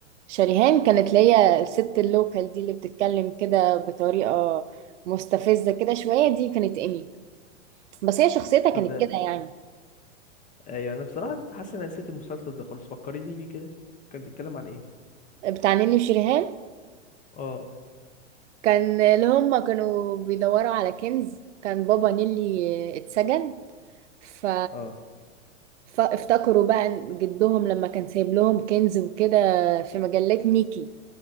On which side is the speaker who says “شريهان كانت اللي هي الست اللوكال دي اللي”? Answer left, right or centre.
Right